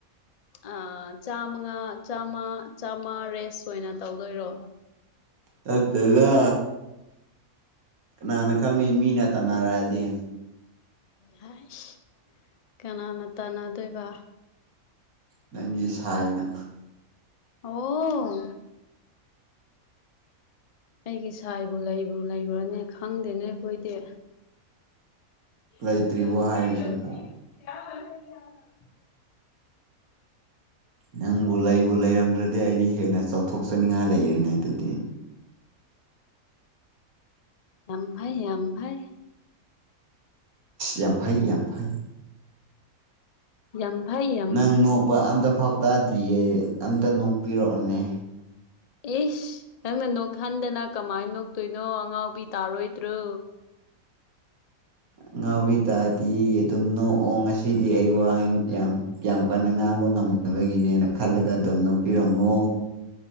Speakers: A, on the left; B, on the right.
A: ꯑ ꯆꯥꯃꯒ ꯆꯥꯃ ꯆꯥꯃ ꯔꯦꯁ ꯑꯣꯏꯅ ꯇꯧꯗꯣꯏꯔꯣ
B: ꯅꯠꯇꯦꯗ ꯀꯅꯥꯅ ꯈꯪꯅꯤ ꯃꯤꯅ ꯇꯥꯟꯅꯔꯛꯑꯗꯤ
A: ꯍꯥꯏꯁ ꯀꯅꯥꯅ ꯇꯥꯟꯅꯗꯣꯏꯕ
B: ꯅꯪꯒꯤ ꯁꯥꯏꯅ
A: ꯑꯣ ꯑꯩꯒꯤ ꯁꯥꯏꯕꯨ ꯂꯩꯕꯨ ꯂꯩꯕ꯭ꯔꯅꯦ ꯈꯪꯗꯦꯅꯦ ꯑꯩꯈꯣꯏꯗꯤ
B: ꯂꯩꯇ꯭ꯔꯤꯕꯣ
A: <unintelligible>
B: ꯍꯥꯏꯔꯤꯁꯤꯕꯣ ꯅꯪꯕꯨ ꯂꯩꯕꯨ ꯂꯩꯔꯝꯗ꯭ꯔꯗꯤ ꯑꯩꯗꯤ ꯍꯦꯟꯅ ꯆꯥꯎꯊꯣꯛꯆꯅꯤꯡꯉꯥꯏ ꯂꯩꯔꯦꯅꯦ ꯑꯗꯨꯗꯤ
A: ꯎꯝ ꯌꯥꯝ ꯐꯩ ꯌꯥꯝ ꯐꯩ
B: ꯌꯥꯝ ꯐꯩ ꯌꯥꯝ ꯐꯩ
A: ꯌꯥꯝ ꯐꯩꯌꯦ
B: ꯅꯪ ꯅꯣꯛꯄ ꯑꯝꯇ ꯐꯥꯎ ꯇꯥꯗ꯭ꯔꯤꯌꯦ ꯑꯝꯇ ꯅꯣꯛꯄꯤꯔꯛꯑꯣꯅꯦ
A: ꯏꯁ ꯅꯪꯅ ꯅꯣꯛꯍꯟꯗꯅ ꯀꯃꯥꯏꯅ ꯅꯣꯛꯇꯣꯏꯅꯣ ꯑꯉꯥꯎꯕꯤ ꯇꯥꯔꯣꯏꯗ꯭ꯔꯣ
B: ꯑꯉꯥꯎꯕꯤ ꯇꯥꯗꯤꯌꯦ ꯑꯗꯨꯝ ꯅꯣꯛꯑꯣ ꯉꯁꯤꯗꯤ ꯑꯩ ꯋꯥ ꯌꯥꯝ ꯌꯥꯝ ꯀꯟꯅ ꯉꯥꯡꯕ ꯉꯝ ꯗꯕꯒꯤꯅꯦ ꯈꯜꯂꯒ ꯑꯗꯨꯝ ꯅꯣꯛꯄꯤꯔꯝꯃꯣ